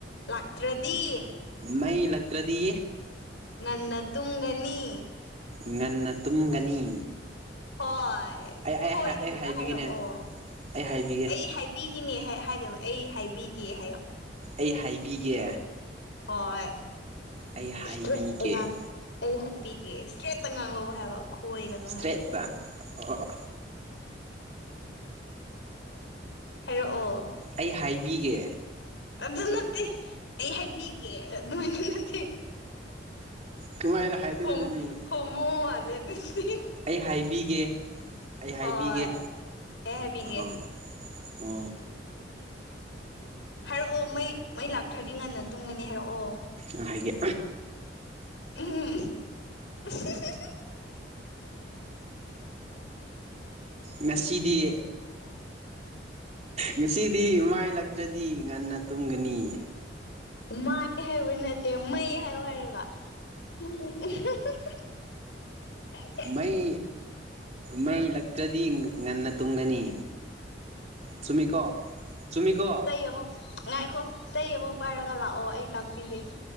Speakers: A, on the left (about 80°); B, on the right (about 40°).
A: ꯂꯥꯛꯇ꯭ꯔꯗꯤ
B: ꯃꯩ ꯂꯛꯇ꯭ꯔꯗꯤ
A: ꯉꯟꯅ ꯇꯨꯝꯒꯅꯤ
B: ꯉꯟꯅ ꯇꯨꯝꯒꯅꯤ
A: ꯍꯣꯏ
B: ꯑꯩ ꯑꯩ
A: ꯈꯣꯏꯗꯕꯤꯅ
B: ꯑꯩ ꯍꯥꯏꯕꯤꯒꯦꯅꯦ
A: ꯍꯥꯏꯔꯛꯑꯣ
B: ꯑꯩ ꯍꯥꯏꯕꯤꯒꯦ
A: ꯑꯩ ꯍꯥꯏ ꯕꯤꯒꯤꯅꯦ ꯍꯥꯏ ꯍꯥꯏꯒꯕ ꯑꯩ ꯍꯥꯏꯕꯤꯒꯦ ꯍꯥꯏꯌꯣ
B: ꯑꯩ ꯍꯥꯏꯕꯤꯒꯦ
A: ꯍꯣꯏ
B: ꯑꯩ ꯍꯥꯏꯕꯤꯒꯦ
A: ꯏꯁꯇꯦ ꯇꯩꯅ ꯑꯩ ꯍꯥꯏ ꯕꯤꯒꯤ ꯏꯁꯇ꯭ꯔꯦꯠꯇ ꯉꯥꯡꯉꯛ‌ꯑ‌ꯣ ꯍꯥꯏꯕ ꯈꯣꯏꯒꯅꯣ
B: ꯏꯁꯇ꯭ꯔꯦꯠꯇ
A: ꯍꯥꯏꯕ
B: ꯑꯣ
A: ꯊꯥꯏꯔꯛꯑꯣ
B: ꯑꯩ ꯍꯥꯏꯕꯤꯒꯦ
A: ꯑꯗꯨ ꯅꯠꯇꯦ ꯑꯩ ꯍꯥꯏꯕꯤꯒꯦ ꯑ‌ꯦ ꯑꯗꯨ ꯅꯠꯇ‌ꯦ
B: ꯀꯃꯥꯏꯅ ꯍꯥꯏꯗꯣꯏꯅꯣ
A: ꯍꯧ
B: ꯑꯗꯨꯗꯤ
A: ꯍꯧ ꯑꯃ ꯋꯥꯠꯂ‌ꯦ ꯑꯗꯨꯁꯤꯍꯤ
B: ꯑꯩ ꯍꯥꯏꯕꯤꯒꯦ ꯑꯩ ꯍꯥꯏꯕꯤꯒꯦ
A: ꯍꯣꯏ ꯑꯩ ꯍꯥꯏꯕꯤꯒꯦ
B: ꯑꯥ ꯑ
A: ꯍꯥꯏꯔꯛꯑꯣ ꯃꯩ ꯃꯩ ꯂꯥꯛꯇ꯭ꯔꯗꯤ ꯉꯟꯅ ꯇꯨꯝꯒꯅꯤ ꯍꯥꯏꯔꯛꯑꯣ
B: ꯎ ꯍꯥꯏꯒ‌ꯦ
A: ꯎꯝ <unintelligible>
B: ꯉꯁꯤꯗꯤ ꯉꯁꯤꯗꯤ ꯃꯥꯏꯂꯛꯇ꯭ꯔꯗꯤ ꯉꯟꯅ ꯇꯨꯝꯒꯅꯤ
A: ꯃꯥꯏ ꯍꯥꯏꯕ ꯅꯠꯇꯦ ꯃꯩ ꯍꯥꯏꯌꯣ ꯍꯥꯏꯔꯒ ꯎꯝ <unintelligible>
B: ꯃꯩ ꯃꯩ ꯂꯛꯇ꯭ꯔꯗꯤ ꯉ ꯉꯟꯅ ꯇꯨꯝꯒꯅꯤ ꯆꯨꯝꯃꯤꯀꯣ ꯆꯨꯝꯃꯤꯀꯣ
A: ꯑꯃꯨꯛ ꯉꯥꯏꯈꯣ ꯆꯩ ꯑꯃ ꯄꯥꯏꯔꯒ ꯂꯥꯛꯑꯣ ꯑꯩ ꯇꯥꯛꯄꯤꯒꯦ